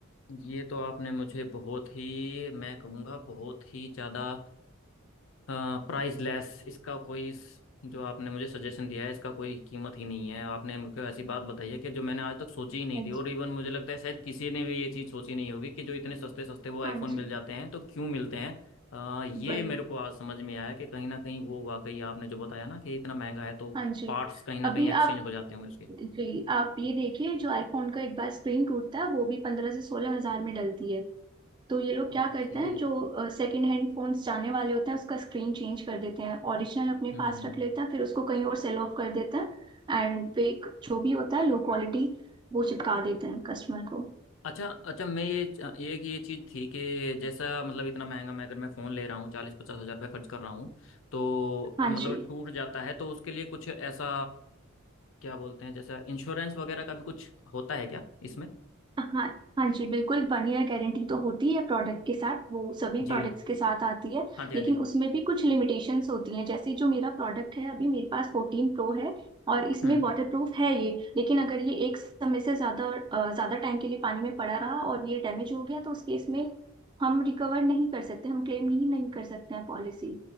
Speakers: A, on the left (about 65°); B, on the right (about 20°).
A: ये तो आपने मुझे बहुत ही मैं कहूँगा बहुत ही ज़्यादा प्राइसलेस इसका कोई स- जो आपने मुझे सजेशन दिया है इसका कोई कीमत ही नहीं है आपने मुझको ऐसी बात बताई है कि जो मैंने आज तक सोची ही नहीं
B: हाँ
A: थी
B: जी
A: और इवन मुझे लगता है शायद किसी ने भी ये चीज़ सोची नहीं होगी कि जो इतने सस्ते सस्ते वो आईफोन
B: हाँ जी
A: मिल जाते हैं तो क्यों मिलते हैं अ, ये
B: वही
A: मेरे को आज समझ में आया कि कहीं ना कहीं वो वाकई आपने जो बताया ना कि इतना महंगा है तो
B: हाँ जी
A: पार्ट्स कहीं ना
B: अभी
A: कहीं एक्सचेंज
B: आप
A: हो जाते होंगे उसके
B: जी आप
A: जी।
B: ये देखिए जो आईफोन का एक बार स्क्रीन टूटता है वो भी पंद्रह से सोलह हजार में डलती है तो ये लोग क्या
A: ओके
B: करते हैं जो सेकंड हैंड फोन्स जाने वाले होते हैं उसका स्क्रीन चेंज कर देते हैं ओरिजिनल अपने
A: हम्म
B: पास
A: हम्म
B: रख लेते हैं फिर उसको कहीं और सेल ऑफ कर देते हैं एंड फेक जो भी होता है लो क्वालिटी वो चिपका देते हैं कस्टमर को
A: अच्छा अच्छा मैं ये ये एक ये चीज़ थी कि जैसा मतलब इतना महंगा मैं अगर मैं फ़ोन ले रहा हूँ चालीस पचास हज़ार रुपये खर्च कर रहा हूँ तो
B: हाँ
A: मतलब
B: जी
A: टूट जाता है तो उसके लिए कुछ ऐसा क्या बोलते हैं जैसा इंश्योरेंस वगैरह का भी कुछ होता है क्या इसमें
B: हाँ हाँ जी बिल्कुल वन ईयर गारंटी तो होती है प्रोडक्ट के साथ वो सभी
A: जी
B: प्रोडक्ट्स के साथ आती है
A: हाँ जी हाँ
B: लेकिन
A: जी
B: उसमें भी कुछ लिमिटेशंस होती हैं जैसे जो मेरा प्रोडक्ट है अभी मेरे पास फोर्टीन प्रो है और इसमें
A: हम्म
B: वाटर प्रूफ है ये लेकिन अगर ये एक समय से ज़्यादा अ, ज़्यादा टाइम के लिए पानी में पड़ा रहा और ये डैमेज हो गया तो उस केस में हम रिकवर नहीं कर सकते हम क्लेम नहीं नहीं कर सकते हैं पॉलिसी